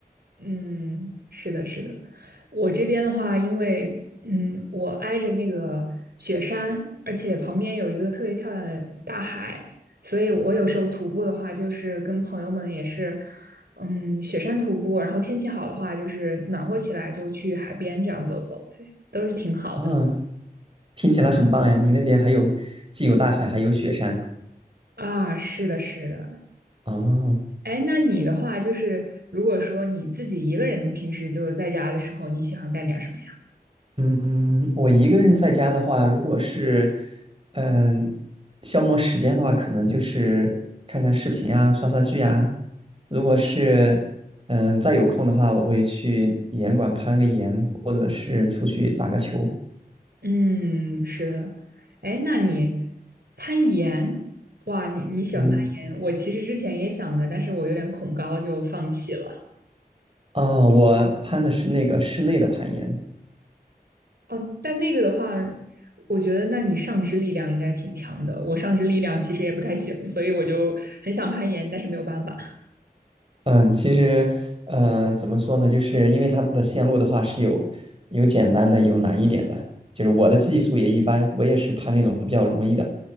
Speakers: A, on the right; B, on the right.
A: 嗯，是的，是的。我这边的话，因为嗯，我挨着那个雪山，而且旁边有一个特别漂亮的大海，所以我有时候徒步的话，就是跟朋友们也是，嗯，雪山徒步，然后天气好的话，就是暖和起来就去海边这样走走，对，都是挺好的。
B: 啊，听起来很棒呀，你那边还有既有大海还有雪山
A: 啊，是的，是的。
B: 啊，
A: 哎，那你的话，就是如果说你自己一个人平时就在家的时候，你喜欢干点什么呀？
B: 嗯，我一个人在家的话，如果是嗯消磨时间的话，可能就是看看视频啊，刷刷剧啊。如果是嗯再有空的话，我会去岩馆攀个岩，或者是出去打个球。
A: 嗯，是的。哎，那你攀岩，哇，你你喜欢攀岩？
B: 嗯，
A: 我其实之前也想的，但是我有点恐高，就放弃了。
B: 啊，我攀的是那个室内的攀岩。
A: 哦，但那个的话，我觉得那你上肢力量应该挺强的。我上肢力量其实也不太行，所以我就很想攀岩，但是没有办法。
B: 嗯，其实，嗯、怎么说呢？就是因为它的线路的话是有有简单的，有难一点的。就是我的技术也一般，我也是爬那种比较容易的。